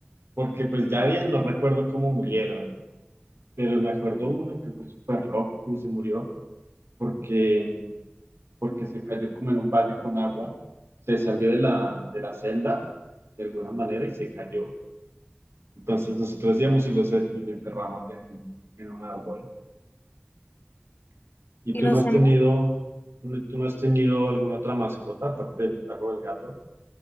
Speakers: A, on the right; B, on the left.
A: porque pues ya bien no recuerdo cómo murieron, pero me acuerdo uno que fue súper loco y se murió porque, porque se cayó como en un balde con agua, se salió de la, de la celda de alguna manera y se cayó Entonces nosotros íbamos y lo, y lo enterramos en, en un árbol. ¿Y
B: ¿Y
A: tú
B: los
A: no has
B: demás?
A: tenido, tú no has tenido alguna otra mascota aparte del perro o del gato?